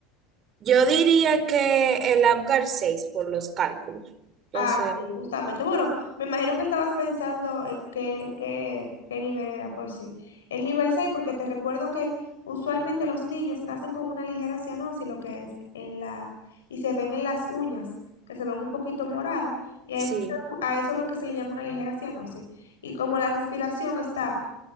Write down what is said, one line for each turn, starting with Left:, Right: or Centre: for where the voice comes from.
Right: Yo diría que el Apgar 6 por los cálculos. Entonces,
Left: Ah, sí, justamente. Bueno, me imagino que estabas pensando eh, qué, qué, qué nivel era, pues sí. El nivel 6, porque te recuerdo que usualmente los niños nacen con una ligera cianosis, lo que es en la, y se ven en las uñas, que se ven un poquito moradas, y
Right: sí.
Left: a eso, a eso es lo que se le llama una ligera cianosis. Y como la respiración está,